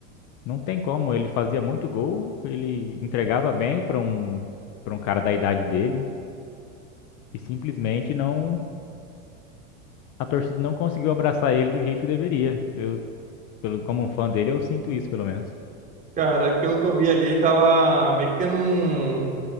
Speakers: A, on the left; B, on the right.
A: não tem como. Ele fazia muito gol, ele entregava bem para um, para um cara da idade dele e simplesmente não a torcida não conseguiu abraçar ele do jeito que deveria. Eu, pelo, como um fã dele, eu sinto isso, pelo menos.
B: Cara, pelo que eu vi ali, ele tava meio que tendo um,